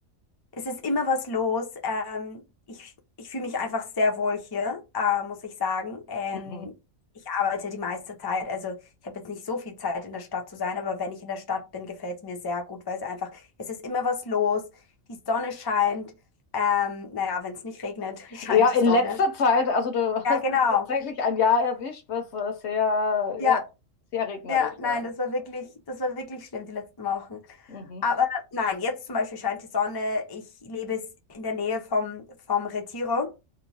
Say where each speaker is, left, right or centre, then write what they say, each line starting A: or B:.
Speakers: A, on the left; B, on the left.
A: Es ist immer was los. Ähm, ich ich fühle mich einfach sehr wohl hier, äh, muss ich sagen. Ähm,
B: Mhm.
A: ich arbeite die meiste Zeit. Also ich habe jetzt nicht so viel Zeit in der Stadt zu sein, aber wenn ich in der Stadt bin, gefällt es mir sehr gut, weil es einfach, es ist immer was los. Die Sonne scheint. Ähm, naja, wenn es nicht regnet, <laughs> scheint
B: Ja, in
A: die Sonne.
B: letzter Zeit, also du <laughs>
A: Ja,
B: hast
A: genau.
B: jetzt tatsächlich ein Jahr erwischt, was äh, sehr,
A: Ja,
B: ja, sehr regnerisch
A: ja, nein,
B: war.
A: das war wirklich, das war wirklich schlimm die letzten Wochen.
B: Mhm.
A: Aber nein, jetzt zum Beispiel scheint die Sonne. Ich lebe es in der Nähe vom, vom Retiro.